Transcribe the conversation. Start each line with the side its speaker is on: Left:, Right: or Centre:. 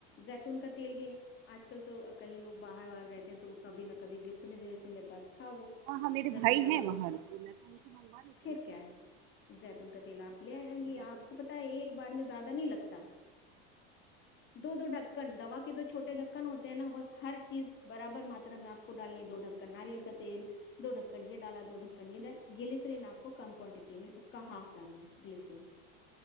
Left: زیتون کا تیل بھی ہے آج کل تو کہیں لوگ باہر باہر رہتے ہیں تو وہ کبھی نہ کبھی گفٹ میں دے دیتے ہیں میرے پاس تھا وہ
Right: ہاں ہاں میرے
Left: زیتون
Right: بھائی
Left: کا ل
Right: ہیں وہاں تو میں تو ان سے منگوا لیتی
Left: پھر
Right: ہوں میرے
Left: کیا
Right: پاس
Left: ہے زیتون
Right: کوئی
Left: کا تیل آپ
Right: دقت
Left: لے آئیں
Right: نہیں
Left: گی
Right: ہے، جاتی
Left: آپ
Right: ان
Left: کو پتا ہے ایک بار میں زیادہ نہیں لگتا دو دو ڈھک کندا پ کے جو چھوٹے ڈھکن ہوتے ہیں نا بس ہر چیز برابر ماترا میں آ کو ڈالنی ہے دو ڈھکن ناریل کا تیل دو ڈھکن یہ ڈالا دو ڈھکن یہال گلیسرین آپ کو کم کوانٹٹی میں اس کا ہاف ڈالنا ہے گلیسرین